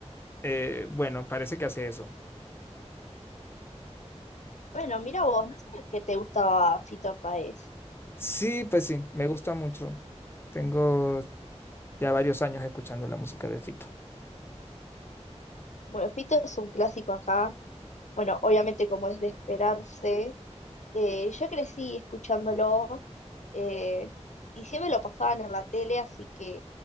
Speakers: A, on the left; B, on the left.
A: eh, bueno, parece que hace eso.
B: Bueno, mira vos, no sabía que te gustaba Fito Páez.
A: Sí, pues sí, me gusta mucho. Tengo ya varios años escuchando la música de Fito.
B: Bueno, Fito es un clásico acá. Bueno, obviamente como es de esperarse. eh, yo crecí escuchándolo eh, y siempre lo pasaban en la tele, así que